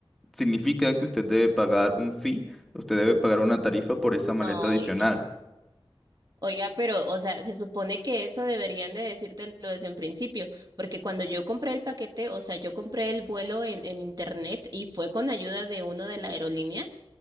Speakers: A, in the centre; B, on the right.
A: significa que usted debe pagar un fee, usted debe pagar una tarifa por esa maleta
B: No,
A: adicional.
B: oiga, Oiga, pero, o sea, se supone que eso deberían de decírtelo desde en principio, porque cuando yo compré el paquete, o sea, yo compré el vuelo en, en internet y fue con ayuda de uno de la aerolínea.